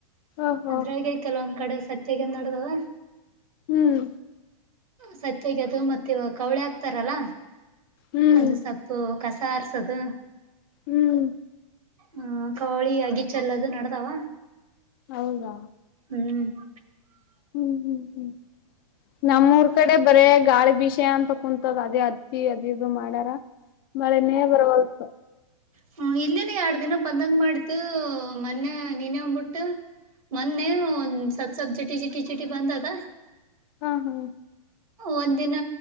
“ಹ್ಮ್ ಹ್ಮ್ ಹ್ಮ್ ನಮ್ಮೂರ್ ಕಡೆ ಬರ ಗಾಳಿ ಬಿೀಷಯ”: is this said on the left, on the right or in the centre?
Left